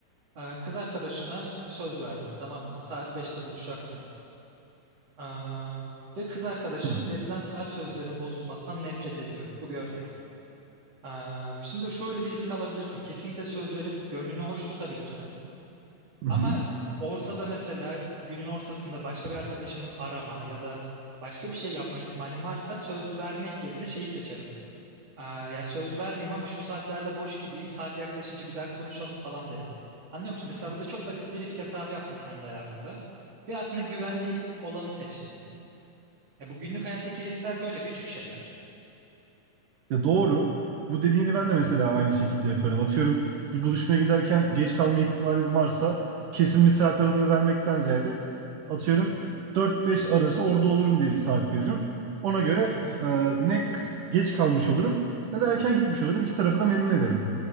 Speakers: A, on the right (about 45°); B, on the right (about 65°).
A: e, kız arkadaşına bir söz verdin tamam mı? Saat beşte buluşacaksın. Ee, ve kız arkadaşın
B: Hı
A: verilen saat sözlerinin bozulmasından nefret ediyor. Bu bir örnek. Ee, şimdi şöyle bir risk alabilirsin. Kesinlikle söz verip gönlünü hoş tutabilirsin.
B: hı.
A: Ama
B: hı.
A: ortada mesela günün ortasında başka bir arkadaşımın arama ya da başka bir şey yapma ihtimalim varsa söz vermek yerine şeyi seçerim. Ee, ya söz vermeyeyim ama şu saatlerde boş gibiyim. Saat yaklaşınca bir daha konuşalım falan derim. Anlıyor musun? Mesela burada çok basit bir risk hesabı yaptım kendi hayatımda. Ve aslında güvenli olanı seçtim. Ya bu günlük hayattaki riskler böyle küçük şeyler.
B: Ya doğru. Bu dediğini ben
A: Hı hı,
B: de mesela aynı şekilde yaparım. Atıyorum bir buluşmaya giderken geç kalma ihtimalim varsa kesin bir saat
A: hı hı,
B: aralığı vermekten ziyade atıyorum dört beş arası orada olurum diye bir saat veririm. Ona göre
A: hı hı.
B: e, ne k- geç kalmış olurum ne de erken gitmiş olurum. İki tarafı da memnun ederim.